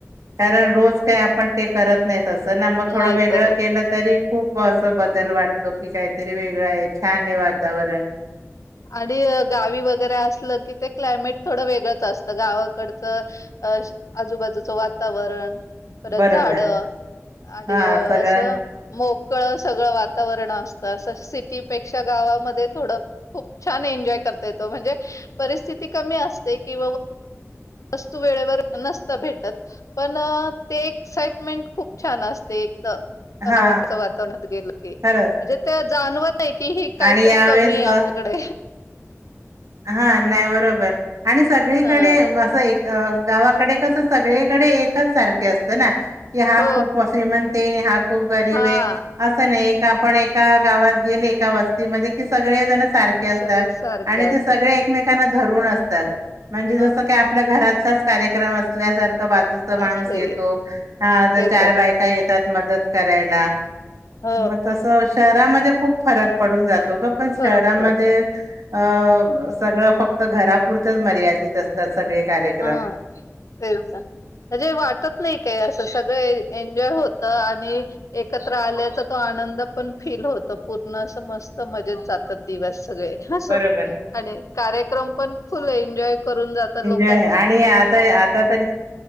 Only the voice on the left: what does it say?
असं
नाही
करत.
हा
आणि गावी वगैरे असलं की ते क्लायमेट थोडं वेगळंच असतं गावाकडचं. अ आजूबाजूचं वातावरण. परत
झाड आणि
अस
मोकळं सगळं वातावरण असतं असं सिटीपेक्षा गावामध्ये थोडं खूप छान एन्जॉय करता येतो म्हणजे, परिस्थिती कमी असते कि वस्तू वेळेवर नसतं भेटत. पण ते एक्साइटमेंट खूप छान असते एक. गावाकडे
च वातावरणात गेल की,
म्हणजे ते जाणवत नाही कि ही काहीतरी
कमी आहे आपल्याकडे.
हां,
हो,
हां,
सगळे
सारखे
असतात.
हां,
असले
ये-
येतात.
हो,
फरक
पडतो.
हा तेच. म्हणजे वाटत नाही काय असं सगळं एन्जॉय होत आणि एकत्र आल्याचा तो आनंद पण फील हो त पूर्ण असं मस्त मजेत जातात दिवस सगळे. अस
आणि कार्यक्रम पण फुल एन्जॉय करून जात लोक.